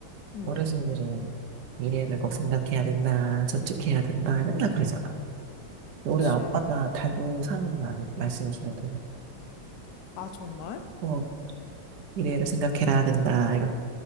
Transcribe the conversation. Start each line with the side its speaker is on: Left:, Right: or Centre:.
Left: 음,
Right: 어르신들은 미래를 꼭 생각해야 된다, 저축해야 된다, 맨날 그러잖아. 근데
Left: 그치.
Right: 우리 아빠가 달고 사는 말, 말씀이시거든.
Left: 아, 정말?
Right: 뭐, 미래를 생각해야 된다, 이렇게.